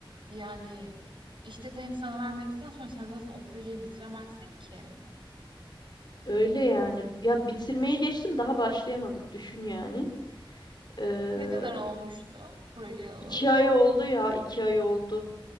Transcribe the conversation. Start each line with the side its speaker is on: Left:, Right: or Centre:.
Right: yani iş detayını sana vermedikten sonra sen zaten o projeyi bitiremezsin ki.
Left: Öyle yani. Ya bitirmeyi geçtim daha başlayamadık düşün yani. Ee,
Right: Ne kadar olmuştu projeyi alalım?
Left: iki ay oldu ya iki ay oldu.